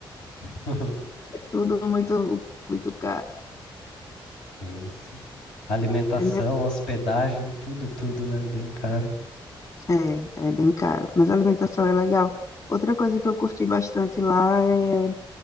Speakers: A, on the left; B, on the left.
A: <laughs>
B: é tudo muito, muito caro,
A: Sim, sim. Alimentação,
B: entendeu?
A: hospedagem, tudo, tudo, né? Bem caro.
B: É, é bem caro, mas a alimentação é legal. Outra coisa que eu curti bastante lá é